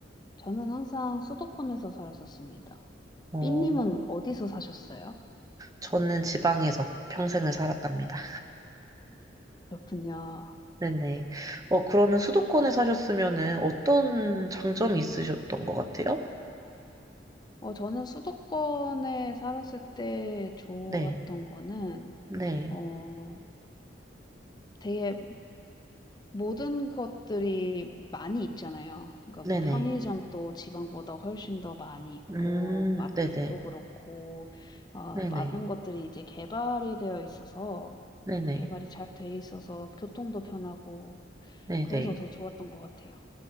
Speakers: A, on the left (about 20°); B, on the right (about 20°).
A: 저는 항상 수도권에서 살았었습니다.
B: 어,
A: 삐님은 어디서 사셨어요?
B: 저는 지방에서 평생을 살았답니다.
A: 그렇군요.
B: 네네. 어, 그러면 수도권에 사셨으면은 어떤 장점이 있으셨던 것 같아요?
A: 어, 저는 수도권에 살았을 때 좋았던
B: 네.
A: 거는,
B: 네.
A: 어, 되게 모든 것들이 많이 있잖아요. 그러니까
B: 네네.
A: 뭐 편의점도 지방보다 훨씬 더 많이 있고,
B: 음,
A: 마트도
B: 네네.
A: 그렇고, 어,
B: 네네.
A: 많은 것들이 이제 개발이 되어 있어서,
B: 네네.
A: 개발이 잘 돼 있어서 교통도 편하고,
B: 네네.
A: 그래서 더 좋았던 것 같아요.